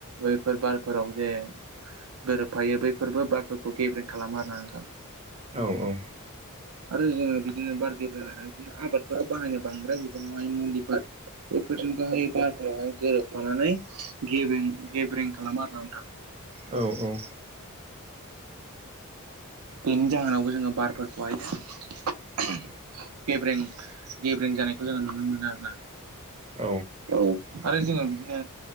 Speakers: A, on the right; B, on the right.
A: बैफोर बारफोराव जे गोरोबफायो बैफोरबो बारफोरखौ गेब्रें खालामो आरोना नोंथां।
B: औ औ
A: आरो जोङो बिदिनो बारे बिदिनो आबादफोराव बाहायनाय बांद्राय बिबाङावहाय मुलिफोर बेफोर हायबाथ <unintelligible> गोरोबफानानै गेबें गेब्रेें खालाम आरो नोंथां
B: औ औ औ
A: बेनि जाहोनावबो जोङो बारफोरखौहायो गेब्रें गेब्रें जानायखौ जोङो नुनो मोनो आरो ना
B: औ
A: औ आरो जोङो बिदिनो